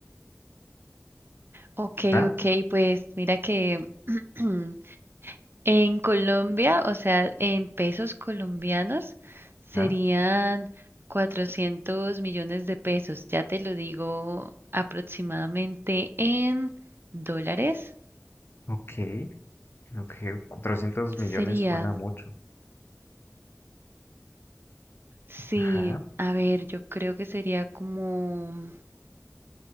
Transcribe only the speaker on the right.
Ok,
ok, pues mira que <clears throat> en Colombia, o sea, en pesos colombianos serían
400 millones de pesos. Ya te lo digo aproximadamente en dólares.
Sería,
sí,
a ver, yo creo que sería como